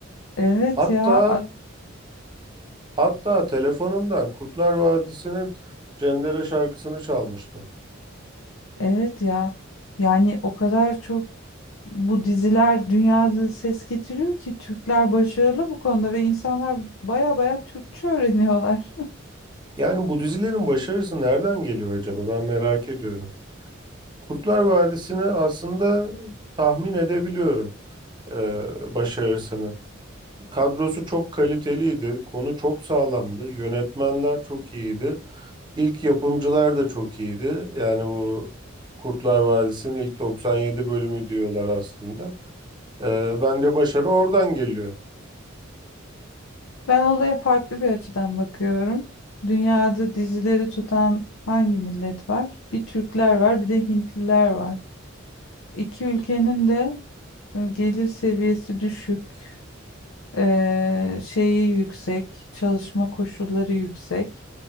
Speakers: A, on the left; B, on the right.
A: Evet
B: Hatta
A: ya a-
B: hatta telefonundan Kurtlar Vadisi'nin Cendere şarkısını çalmıştı.
A: evet ya yani o kadar çok bu diziler dünyada ses getiriyor ki Türkler başarılı bu konuda ve insanlar baya baya Türkçe öğreniyorlar. <laughs>
B: Yani bu dizilerin başarısı nereden geliyor acaba? Ben merak ediyorum. Kurtlar Vadisi'ni aslında tahmin edebiliyorum eee, başarısını. Kadrosu çok kaliteliydi, konu çok sağlamdı, yönetmenler çok iyiydi İlk yapımcılar da çok iyiydi. Yani bu Kurtlar Vadisi'nin ilk 97 bölümü diyorlar aslında. Ee, bence başarı oradan geliyor.
A: Ben olaya farklı bir açıdan bakıyorum. Dünyada dizileri tutan hangi millet var? Bir Türkler var, bir de Hintliler var. İki ülkenin de e, gelir seviyesi düşük, e, şeyi yüksek, çalışma koşulları yüksek.